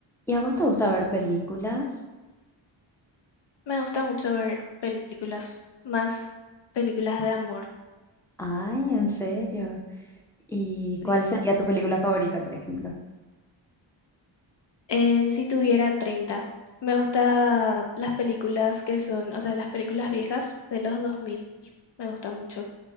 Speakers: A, in the centre; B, on the left (about 60°).
A: ¿Y a vos te gusta ver películas?
B: Me gusta mucho ver películas, más películas de amor.
A: Ay, en serio. ¿Y
B: ¿sí?
A: cuál sería tu película favorita, por ejemplo?
B: En Si tuviera 30 me gusta las películas que son, o sea, las películas viejas de los dos mil me gusta mucho.